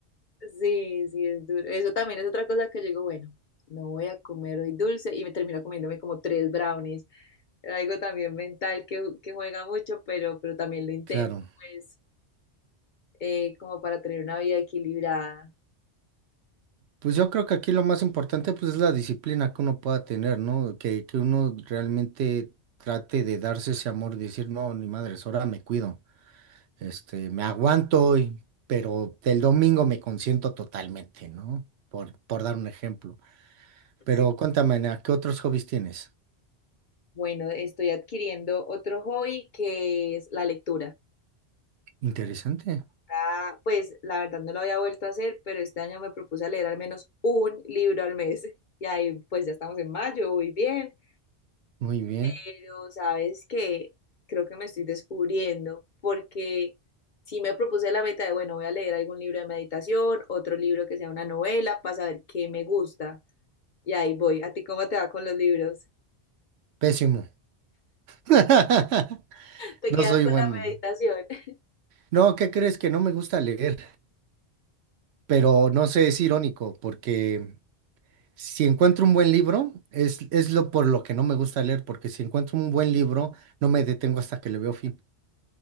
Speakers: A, on the left; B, on the right.
A: Sí, sí, es duro. Eso también es otra cosa que yo digo, bueno, no voy a comer hoy dulce y me termino comiéndome como tres brownies. algo también mental que, que juega mucho, pero, pero también lo intento,
B: Claro.
A: pues. eh, como para tener una vida equilibrada.
B: Pues yo creo que aquí lo más importante pues es la disciplina que uno pueda tener, ¿no? Que, que uno realmente trate de darse ese amor, decir, no, ni madres, ahora me cuido. Este, me aguanto, y- pero el domingo me consiento totalmente, ¿no? Por, por dar un ejemplo. Pero
A: Sí.
B: cuéntame, Ana, ¿qué otros hobbies tienes?
A: Bueno, estoy adquiriendo otro hobby que es la lectura.
B: Interesante.
A: Ah, pues la verdad no lo había vuelto a hacer, pero este año me propuse a leer al menos un libro al mes. <laughs> Y ahí pues ya estamos en mayo, voy bien.
B: Muy bien.
A: Pero sabes que creo que me estoy descubriendo porque sí me propuse la meta de, bueno, voy a leer algún libro de meditación, otro libro que sea una novela para saber qué me gusta. Y ahí voy. ¿A ti cómo te va con los libros?
B: Pésimo. <laughs>
A: Te
B: No
A: quedas
B: soy
A: con
B: bueno.
A: la meditación. <laughs>
B: No, ¿qué crees que no me gusta leer? Pero no sé, es irónico, porque si encuentro un buen libro, es, es lo por lo que no me gusta leer, porque si encuentro un buen libro, no me detengo hasta que le veo fin.